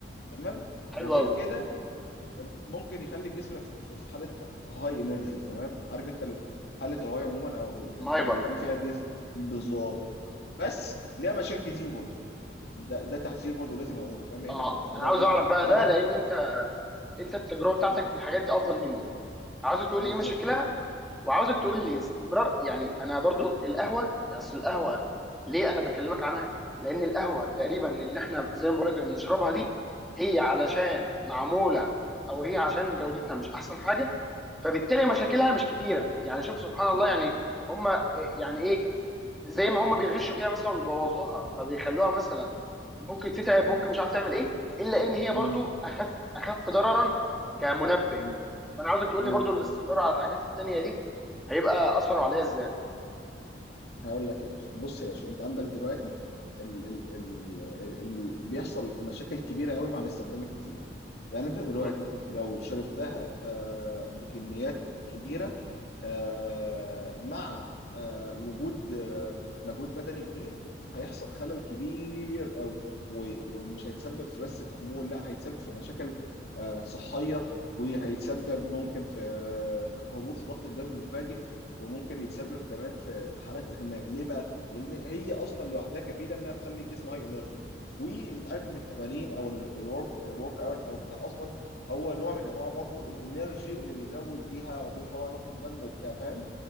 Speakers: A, on the left; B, in the centre.
A: تمام
B: حلو
A: وغير
B: قوي
A: كده ممكن يخلي الجسم في في- في حاله هاي انرجي تمام عارف انت ال- حاله الهاي عموما او ال-
B: مايبر
A: ال- اللي بيكون فيها الجسم بالظبط
B: مم.
A: بس ليها مشاكل كتير برضه ده ده تحذير برضه لازم اقوله فاهم يعني
B: اه
A: انك بتاخد
B: انا
A: رايي
B: عاوز اعرف بقى
A: وانا
B: ده
A: برضه
B: لان انت انت التجربه بتاعتك
A: مم،
B: في الحاجات دي افضل مني عاوز تقول
A: بالظبط
B: لي ايه مشاكلها
A: كنت
B: وعاوزك
A: مم،
B: تقول لي استمرار يعني انا برضو القهوه اصل القهوه ليه انا بكلمك عنها لان القهوه تقريبا
A: مم،
B: اللي احنا زي ما بقول لك بنشربها دي هي علشان معموله او هي عشان جودتها
A: مم،
B: مش احسن حاجه فبالتالي مشاكلها مش كتيره يعني شوف سبحان الله
A: مم،
B: يعني هم يعني ايه زي ما هم بيغشوا فيها مثلا وبيبوظوها فبيخلوها مثلا
A: مم،
B: ممكن تتعب
A: مم.
B: ممكن مش عارف تعمل ايه الا ان هي برضو
A: مم.
B: اخف اخف ضررا كمنبه
A: مم.
B: فانا عاوزك تقول
A: مم.
B: لي برضو الاستمرار على الحاجات التانيه دي هيبقى اثره عليا ازاي
A: هقول لك يا باشا بص يا باشا انت عندك دلوقتي ال ال ال ال ال بيحصل مشاكل كبيره قوي مع الاستخدام الكتير يعني انت دلوقتي
B: مم.
A: لو شربتها آه، بكميات كبيره آه، مع آه، وجود آه، مجهود بدني كبير هيحصل خلل كبير قوي و- ومش هيتسبب في بس في خمول لا هيتسبب في مشاكل آه، صحيه وهيتسبب ممكن في آه، في هبوط في ضغط الدم مفاجئ وممكن يتسبب كمان في في حالات اغماء ليه بقى لان هي اصلا لوحدها كفيله انها تخلي الجسم هاي انرجي وانت عارف ان التمارين او الورك الورك اوت او بتاع اصلا هو نوع من انواع برضو الانرجي اللي بيزود بيها او بيرفع بقى ضغط الدم وبتاع فاهم